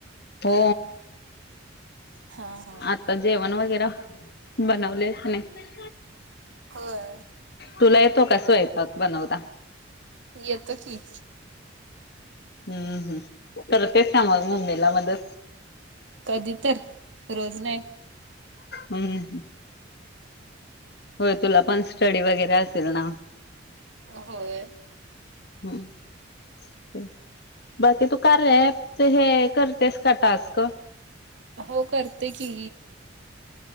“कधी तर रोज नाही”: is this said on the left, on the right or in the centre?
Right